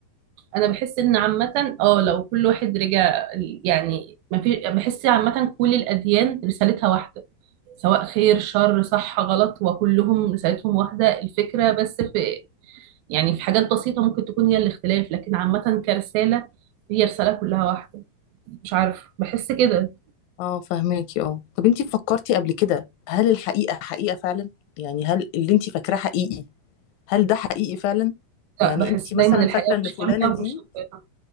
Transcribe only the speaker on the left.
اه فهماكي اه طب انتي فكرتي قبل كده هل الحقيقة حقيقة فعلا يعني هل اللي انتي فاكراه حقيقي هل ده حقيقي فعلا يعني
انتي
مثلا
فاكرة ان
فلانة
دي